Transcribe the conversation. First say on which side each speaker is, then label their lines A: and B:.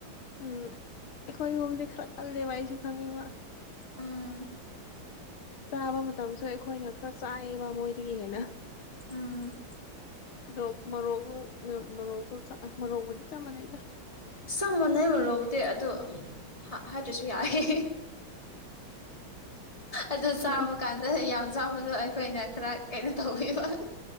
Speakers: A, on the left; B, on the left.
A: ꯎꯝ ꯑꯩꯈꯣꯏꯒꯣꯝꯗꯤ ꯈꯔ ꯀꯜꯂꯦꯕ ꯑꯩꯁꯨ ꯈꯪꯉꯦꯕ
B: ꯑꯝ
A: ꯆꯥꯕ ꯃꯇꯝꯁꯨ ꯑꯩꯈꯣꯏꯅ ꯈꯔ ꯆꯥꯏꯌꯦꯕ ꯃꯣꯏꯗꯒꯤ ꯍꯦꯟꯅ
B: ꯎꯝ
A: ꯑꯗꯣ ꯃꯔꯣꯛꯁꯨ ꯃꯔꯣꯛꯁꯨ ꯃꯔꯣꯛꯕꯨꯗꯤ ꯆꯞ ꯃꯥꯟꯅꯩꯗ
B: ꯁꯪ ꯃꯣꯅꯩꯃꯨꯔꯣꯕꯨꯗꯤ ꯑꯗꯣ ꯍꯥꯏꯗ꯭ꯔꯁꯨ ꯌꯥꯏꯦ ꯑꯗꯨ ꯆꯥꯕ
A: ꯅꯪꯒꯤ
B: ꯀꯥꯟꯗ ꯌꯥꯝ ꯆꯥꯎꯕꯗꯣ ꯑꯩꯈꯣꯏꯅ ꯈꯔ ꯀꯩꯅꯣ ꯇꯧꯕꯤꯕ